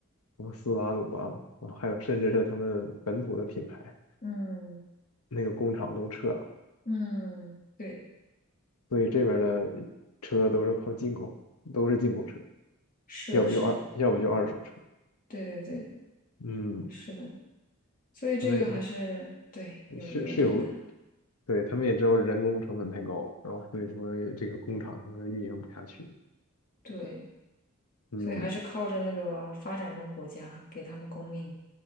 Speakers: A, on the left; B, on the left.
A: 什么斯巴鲁啊啊还有甚至是他们本土的品牌，
B: 嗯
A: 那个工厂都撤了。
B: 嗯，对，
A: 所以这边儿的车都是靠进口，都是进口车，
B: 是的，
A: 要不就二，
B: 是的，
A: 要不就二手车。
B: 对对对，
A: 嗯，
B: 是的。所以这个还是对，
A: 他们他
B: 有有点难，
A: 是是有，对，他们也知道人工成本太高，然后所以说这个工厂他们运营不下去。
B: 对，
A: 嗯，
B: 所以还是靠着那个发展中国家给他们供应。